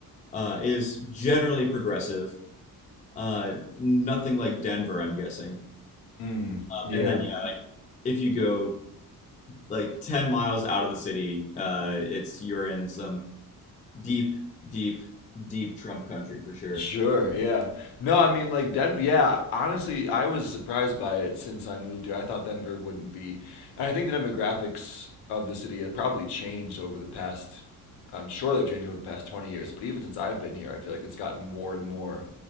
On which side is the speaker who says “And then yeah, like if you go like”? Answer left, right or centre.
Left